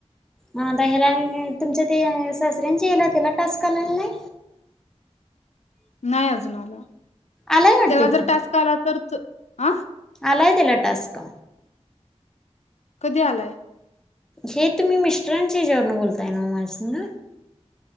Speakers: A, in the centre; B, on the left.
A: हाता याला तुमच्या ते सासऱ्यांची येला तेला टास्क आंलाल नाही?
B: नाही अजून आला.
A: आलाय वाटतं
B: त्याला जर
A: की
B: टास्क आला तर त आं
A: आलाय त्यला टास्क.
B: कधी आलाय?
A: हे तुम्ही मिस्टरांचे याचेवरण बोलताय ना माज्या संग?